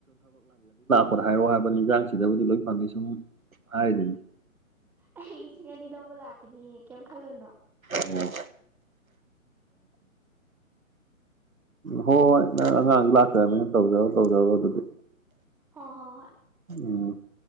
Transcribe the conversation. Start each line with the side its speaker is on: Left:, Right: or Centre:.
Right: ꯄꯣꯠ ꯍꯥꯏꯔꯛꯑꯣ ꯍꯥꯏꯕ ꯌꯦꯟꯖꯥꯡꯁꯤꯗꯕꯨꯗꯤ ꯂꯣꯏ ꯐꯪꯉ ꯁꯨꯝ ꯍꯥꯏꯔꯤꯗꯨꯅꯤ
Centre: ꯑ ꯂ ꯂꯤꯁꯤ ꯑꯅꯤꯗꯕ ꯂꯥꯛꯅꯤ ꯀ ꯈꯜꯂꯅ
Right: ꯑꯣ ꯍꯣꯏ ꯍꯣꯏ ꯅꯪ ꯑꯉꯥꯡ ꯂꯥꯛꯀ꯭ꯔꯕꯅꯤꯅ ꯇꯧꯖꯔꯣ ꯇꯧꯖꯔꯣ ꯑꯗꯨꯗꯤ
Centre: ꯍ ꯍ ꯍ
Right: ꯎꯝ